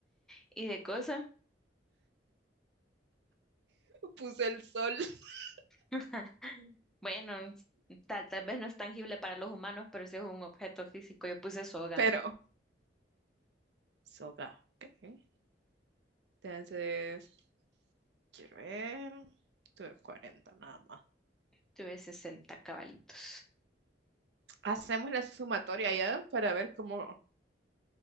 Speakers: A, in the centre; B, on the right (about 70°).
A: ¿Y de cosa?
B: Puse el sol, <laughs>
A: <laughs> Bueno, tal, tal vez no es tangible para los humanos, pero sí es un objeto físico. Yo puse soga.
B: pero soga. ok. Entonces, quiero ver. Tuve 40 nada más.
A: Tuve sesenta cabalitos.
B: Hacemos la sumatoria ya para ver cómo.